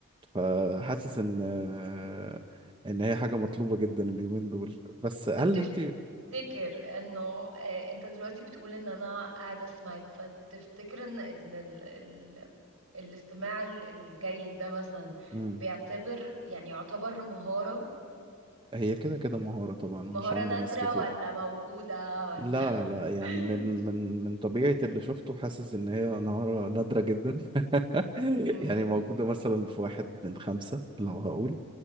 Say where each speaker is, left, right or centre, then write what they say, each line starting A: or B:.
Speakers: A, on the right; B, on the right.
A: فحاسس ان آه، ان هي حاجة مطلوبة جدا اليومين دول بس هل
B: طب تفتكر
A: انت
B: انه آه، انت دلوقتي بتقول ان انا قاعده اسمعك فتفتكر ان ان ال... ال... الاستماع ال- الجيد ده مثلا
A: مم.
B: بيعتبر يعني يعتبر مهاره
A: هي كده كده مهارة طبعا ومش
B: مهاره
A: عند
B: نادره
A: ناس كتير
B: ولا موجوده ولا
A: لا لا يعني
B: <laughs>
A: من من من طبيعة اللي شفته حاسس إن هي مهارة نادرة جدا <laughs>
B: امم
A: يعني موجودة مثلا في واحد من خمسة لو هقول